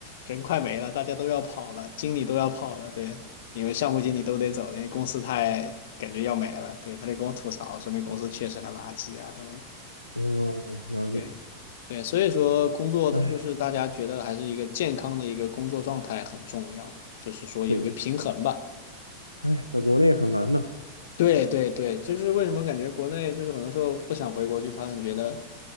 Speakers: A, on the left (about 55°); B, on the left (about 85°).
A: 人快没了，大家都要跑了，经理都要跑了，对，因为项目经理都得走了，那公司太感觉要没了，对，他就跟我吐槽说那公司确实很垃圾啊什么的，
B: 哦，了解。
A: 对。对，所以说工作的就是大家觉得还是一个健康的一个工作状态很重要，
B: 哎，
A: 就是说有一个平衡吧。
B: 对的，哎，在国内很难呢。
A: 对对对，这是为什么感觉国内就是很多时候不想回国去发展，觉得